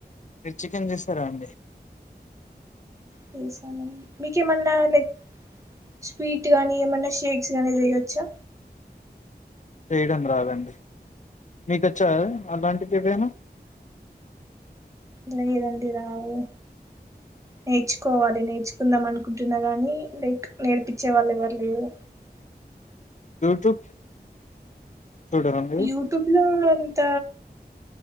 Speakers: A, on the left; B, on the right.
A: మీరు చికెన్ చేస్తారా అండి
B: చేసానండి మీకేమన్నా లైక్ స్వీట్ గానీ ఏమన్నా షేక్స్ గానీ చేయవచ్చా
A: చేయడం రాదండి మీకచ్చా అలాంటిది ఇవేనా
B: లేదండి రావు నేర్చుకోవాలి నేర్చుకుందాం అనుకుంటున్నా గానీ లైక్ నేర్పించే వాళ్ళు ఎవరు లేరు
A: యూట్యూబ్ చూడరా మీరు
B: యూట్యూబ్ లో అంత